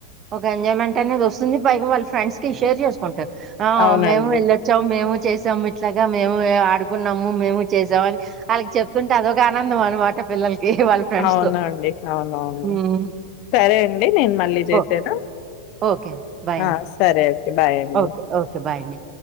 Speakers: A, on the right; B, on the left.
A: ఒక ఎంజాయ్మెంట్ అనేది వస్తుంది బైగవ వాల్ ఫ్రెండ్స్ కి షేర్ చేసుకుంటారు ఆ
B: అవునండి.
A: మేము వెళ్ళొచ్చాం మేము చేసాము ఇట్లాగా మేము ఆడుకున్నాము మేము చేసాము అని వాళ్కి చెప్తుంటే అదొక ఆనందం అనమాట పిల్లలకి వాళ్ళ ఫ్రెండ్స్
B: అవునండి
A: తో
B: అవునవును
A: హ్మ్.
B: సరే అండి నేను మళ్ళీ చేసేనా
A: ఓ ఓకే అండి బాయ్ అండి
B: ఆ! సరే ఓకే. బాయ్ అండి.
A: ఓకే ఓకే బాయ్ అండి